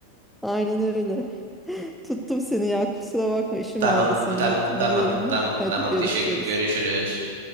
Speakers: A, in the centre; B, on the right (about 55°).
A: aynen öyle. Tuttum seni ya kusura bakma işim
B: Tamam,
A: vardı senin
B: tamam,
A: hatırlıyorum.
B: tamam, tamam,
A: <laughs> Hadi
B: tamam.
A: görüşürüz.
B: Teşekkür. Görüşürüz.